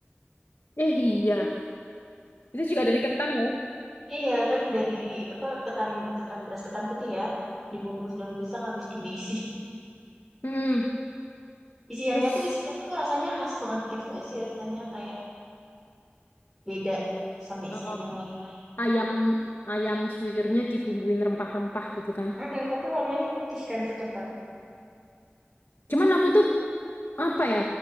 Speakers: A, on the left (about 65°); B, in the centre.
A: Eh iya, itu juga dari ketan ya.
B: Iya kan dari apa ketan ketan beras ketan putih ya dibungkus daun pisang habis itu diisi.
A: Hmm.
B: Isiannya
A: Terus
B: tuh isinya tuh rasanya khas banget gitu nggak sih rasanya kayak beda sama isian
A: eh,
B: yang lain-lain.
A: ayam ayam suwirnya dibumbuin rempah-rempah gitu kan.
B: Mm-mm, tapi warnanya putih kan tetep kan?
A: Cuman aku tuh apa ya?